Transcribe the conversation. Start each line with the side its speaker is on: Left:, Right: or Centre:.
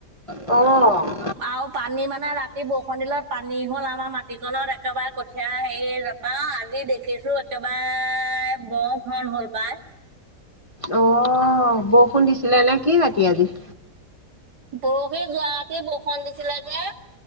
Left: অ',
Right: আৰু পানী মানে ৰাতি বৰষুণ দিলে পানী হ'ল আমাৰ মাট তি খনত একেবাৰে কঠীয়া হেৰি নাপাও আজি দেখিছোঁ একেবাৰে ব ঘন হ'ল পায়।
Left: অ', বৰষুণ দিছিলে নেকি ৰাতি আজি?
Right: বৰশী যোৱাতে বৰষুণ দিছিলে যে।